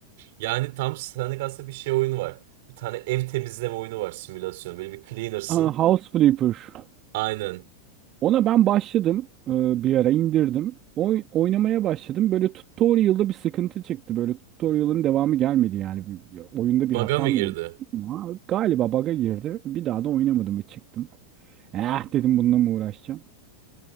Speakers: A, on the right (about 50°); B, on the right (about 30°).
A: Yani tam senlik aslında bir şey oyunu var. Bir tane ev temizleme oyunu var simülasyon. Böyle bir cleaner'sın.
B: Aa, House Flipper.
A: Aynen.
B: Ona ben başladım. e, Bir ara indirdim. Oy- oynamaya başladım. Böyle tutorial'da bir sıkıntı çıktı. Böyle tutorial'ın devamı gelmedi yani. Bir- Oyunda
A: Bug'a
B: bir hata
A: mı girdi?
B: mı oldu? Ama Galiba bug'a girdi. Bir daha da oynamadım ve çıktım. Eh dedim bununla mı uğraşacağım?